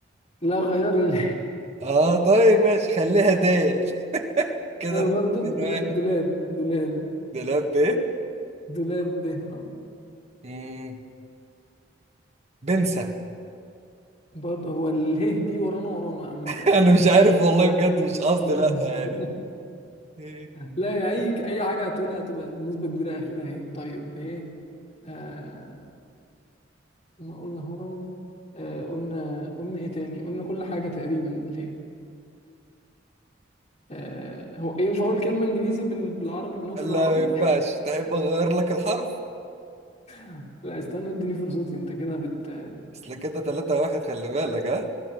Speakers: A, on the left; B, on the right.
A: لا غير ال-
B: آه طيب ماشي خليها ديل <laughs>
A: <laughs>
B: كده
A: ده برضه
B: اتنين
A: دول-
B: واحد
A: دولاب دولاب
B: دولاب ب
A: دولاب ب اه
B: مم، بنسى <laughs>
A: برضه هو اله دي ورانا ورانا عامة
B: أنا
A: يعني
B: مش عارف والله بجد مش قصدي
A: <laughs>
B: لأ يعني <laughs>
A: لا يا اي اي حاجه هتقولها هتبقى بنسبه كبيره اخرها هي طيب هي آه ما قلنا هرم آه قلنا قلنا ايه تاني قلنا كل حاجه تقريبا بالهي آه هو ينفع اقول كلمه انجليزي بال- بالعربي بنطق
B: لا
A: العربي
B: ما ينفعش تحب أغير لك الحرف؟
A: <laughs> لا استنى اديني فرصتي انت كده بت
B: أصل كده تلاتة واحد خلي بالك ها